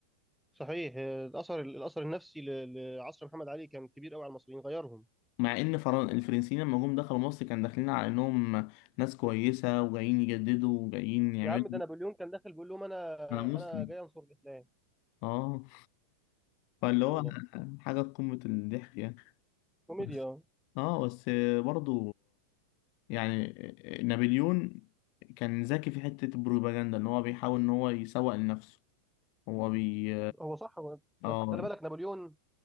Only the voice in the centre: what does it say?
صحيح آه، الاثر الاثر النفسي ل- لعصر محمد علي كان كبير قوي على المصريين غيرهم
يا عم ده نابليون كان داخل بيقول لهم انا
انا جاي انصر الاسلام
يلا
كوميديا
هو صح هو
بس خلي بالك نابليون